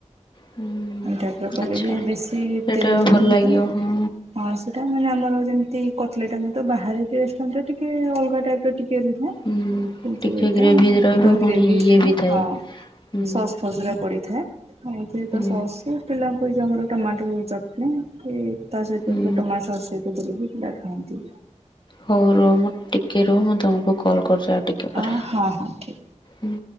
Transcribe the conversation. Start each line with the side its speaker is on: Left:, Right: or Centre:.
Left: ହୁଁ।
Right: ଏଇ ଟାଇପର କଲେ
Left: ଆଚ୍ଛା
Right: ବି ବେଶୀ
Left: ସେଇଟା
Right: ତେଲ
Left: ଭଲ
Right: ବି ନୁହଁ।
Left: ଲାଗିବ ହଁ
Right: ହଁ ସେଟା ମାନେ ଆମର ଯେମିତି କଟଲେଟ୍ ଆମେ ତ ବାହାରେ ରେଷ୍ଟୁରାଣ୍ଟରେ ଟିକେ ଅଲଗା ଟାଇପର ଟିକେ ରୁହେ।
Left: ହୁଁ।
Right: କିନ୍ତୁ
Left: ଟିକେ
Right: ଏଇଟା
Left: ଗ୍ରେଭି ରହିବ
Right: ହଁ
Left: ପୁଣି
Right: ଗ୍ରେଭି
Left: ଇଏ
Right: ଥାଏ।
Left: ବି
Right: ହଁ
Left: ହୁଁ
Right: ସସ୍ ଫସ୍ ଗୁରା ପଡିଥାଏ। ହଁ ଏଥିରେ ତ
Left: ହୁଁ
Right: ସସ୍ ପିଲାଙ୍କୁ ଏଇ ଯୋଉ ଆମର ଟମାଟୋ ଚଟନୀ କି ତା ସହିତକୁ
Left: ହୁଁ
Right: ଟମାଟ ସସ୍‌ ସହିତ ଦେଲେ ବି ପିଲା ଖାଆନ୍ତି।
Left: ହଉ ରୁହ, ମୁଁ ଟିକେ ରୁହ, ମୁଁ ତମକୁ କଲ କରୁଛି ଆଉ ଟିକେ
Right: ଅ
Left: ପରେ,
Right: ହଁ ହଁ ଠିକ୍।
Left: ହୁଁ।